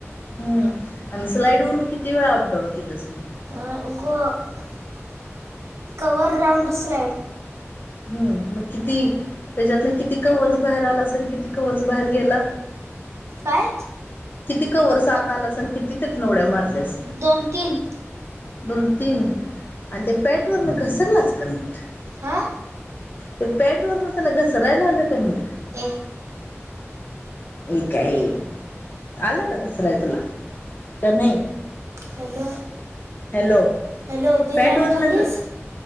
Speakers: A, on the left; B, on the right.
A: हम् आणि स्लाईड वरून किती वेळा अपडाऊन केलंस तु?
B: आ गो <inaudible> कवर राऊंड स्लाड.
A: हम् मग किती त्याच्यात ना किती कवर्स बाहेर आला असेल किती कवर्स बाहेर गेला?
B: काय?
A: किती कवर्स आात आला असल किती तिथन उड्या मारल्यास?
B: दोन-तीन.
A: दोन-तीन आणि त्या पॅट वर घसरलाच का नीट?
B: हा
A: ते पॅंट वर तुला घसरायला आलं क. <unintelligible>
B: एक
A: एका ए आलं का घसराय तुला का नाही?
B: हॅलो.
A: हॅलो,
B: हॅलो बिर्याणी
A: पॅट वर
B: खाल्लीस?
A: न ग